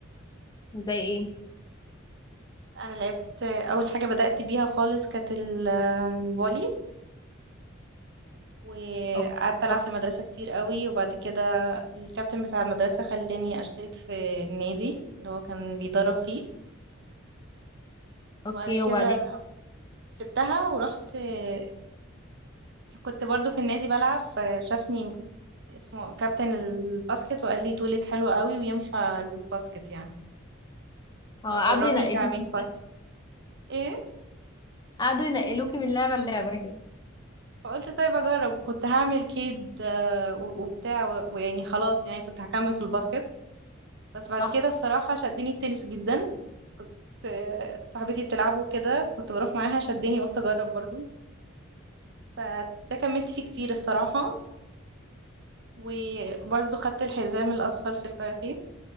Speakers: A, on the left; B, on the right.
A: زي ايه
B: انا لعبت آه، اول حاجه بدات بيها خالص كانت ال- آه، الفولي وقعدت
A: اوكي
B: العب
A: صح
B: في المدرسه كتير قوي وبعد كده الكابتن بتاع المدرسه خلاني اشترك في النادي اللي هو كان بيدرب فيه وبعد
A: اوكي
B: كده
A: وبعدين
B: سبتها ورحت آه، كنت برضو في النادي بلعب فشافني اسمه كابتن الباسكت وقال لي طولك حلو قوي وينفع للباسكت يعني
A: اه
B: فجربي
A: قعدوا ينقلوكي
B: تعملي باسكت ايه
A: قعدوا ينقلوكي من لعبة للعبة كده
B: فقلت طيب اجرب وكنت هعمل كيد آه، و- وبتاع و- ويعني خلاص يعني كنت هكمل في الباسكت بس بعد
A: صح
B: كده الصراحة شدني التنس جدا كنت آه، صاحبتي بتلعبه كده كنت بروح معاها شدني قلت اجرب برضو فده كملت فيه كتير الصراحة وبرضو خدت الحزام الأصفر في الكاراتيه